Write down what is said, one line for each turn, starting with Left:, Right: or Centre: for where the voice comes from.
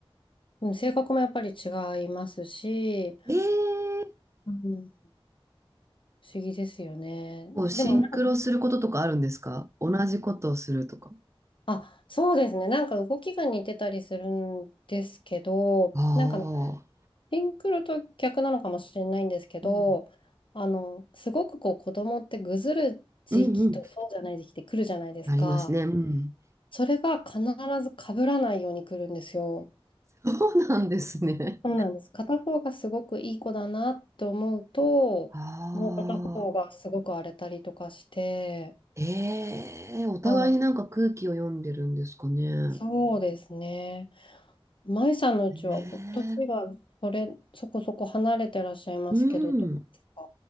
Left: うん性格もやっぱり違いますし、
Right: ええー
Left: うん、不思議ですよね。
Right: こう、シンクロすることとかあるんですか同じことをするとか。
Left: でもなんかあ、そうですね。なんか動きが似てたりするんですけど、
Right: ああ、
Left: なんかシンクロと逆なのかもしれないんですけど、
Right: うん。
Left: あの、すごくこう子供ってぐずる時期とそうじゃない時期って来るじゃないですか。
Right: うんうん。なりますね。うん。
Left: それが必ず被らないように来るんですよ。
Right: そうなんですね。
Left: そうなんです。片方がすごくいい子だなと思うと、
Right: ああ、
Left: もう片方がすごく荒れたりとかして、
Right: ええお互いになんか空気を読んでるんですかね。
Left: はい。そうですね。舞さんのうちは、
Right: ええ
Left: お年がそれ、そこそこ離れてらっしゃいますけど、
Right: うん。
Left: どうですか